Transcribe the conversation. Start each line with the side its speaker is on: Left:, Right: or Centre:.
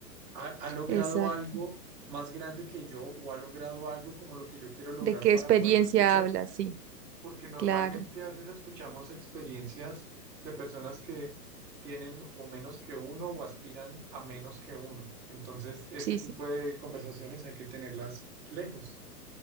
Centre: ¿Ha, ha logrado
Right: exacto.
Centre: algo más grande que yo o ha logrado algo como lo que yo quiero lograr
Right: ¿De qué
Centre: para
Right: experiencia
Centre: poderlo escuchar?
Right: hablas? Sí,
Centre: Porque normalmente
Right: claro.
Centre: a veces escuchamos experiencias de personas que tienen o menos que uno o aspiran a menos que uno. Entonces, ese
Right: Sí,
Centre: tipo
Right: sí.
Centre: de conversaciones hay que tenerlas lejos.